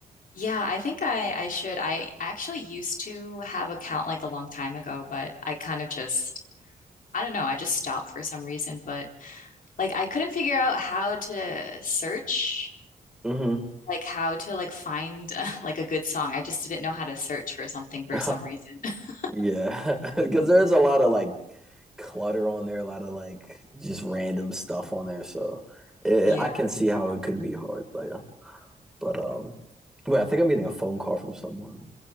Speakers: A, on the left; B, in the centre.
A: Yeah, I think I I should. I actually used to have account like a long time ago, but I kind of just I don't know, I just stopped for some reason, but like I couldn't figure out how to search
B: hmm
A: like how to like find <laughs> like a good song. I just didn't know how to search for something for
B: <laughs>
A: some reason. <laughs>
B: Yeah, <laughs> because there is a lot of like clutter on there, a lot of like just random stuff on there. So it,
A: Yeah.
B: I can see how it could be hard. Like, but um, wait, I think I'm getting a phone call from someone.